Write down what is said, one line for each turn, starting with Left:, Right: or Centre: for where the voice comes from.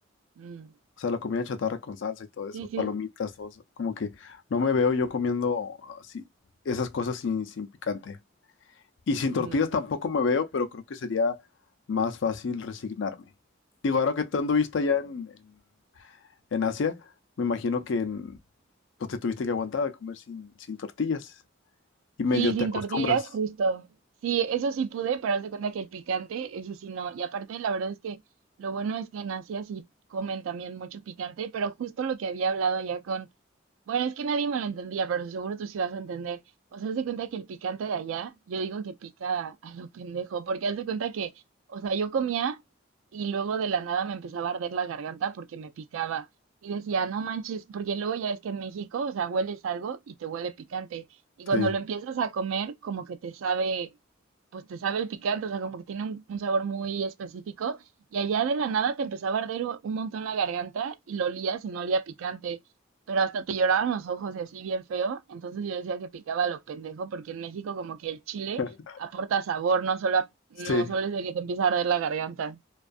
Right: Mm,
Left: O sea, la comida chatarra con salsa y todo eso,
Right: Sí, sí,
Left: palomitas, todo eso, como que no me veo yo comiendo así, esas cosas sin, sin picante. Y sin
Right: sí,
Left: tortillas
Right: ni idea.
Left: tampoco me veo, pero creo que sería más fácil resignarme. Digo, ahora que tú anduviste allá en, en- en Asia, me imagino que en- pues te tuviste que aguantar de comer sin, sin tortillas. Y medio
Right: Sí, sin
Left: te acostumbras.
Right: tortillas, justo. Sí, eso sí pude, pero haz de cuenta que el picante, eso sí no. Y aparte, la verdad es que lo bueno es que en Asia sí comen también mucho picante, pero justo lo que había hablado ya con... Bueno, es que nadie me lo entendía, pero seguro tú sí vas a entender. O sea, haz de cuenta que el picante de allá, yo digo que pica a lo pendejo, porque haz de cuenta que, o sea, yo comía y luego de la nada me empezaba a arder la garganta porque me picaba. Y decía, no manches, porque luego ya es que en México, o sea, hueles algo y te huele picante. Y cuando
Left: Sí.
Right: lo empiezas a comer, como que te sabe, pues te sabe el picante, o sea, como que tiene un, un sabor muy específico. Y allá de la nada te empezaba a arder u- un montón la garganta y lo olías y no olía picante, pero hasta te lloraban los ojos y así bien feo. Entonces yo decía que picaba a lo pendejo, porque en México como que el chile
Left: <laughs>
Right: aporta sabor, no solo, a- no
Left: Sí.
Right: solo es de que te empieza a arder la garganta.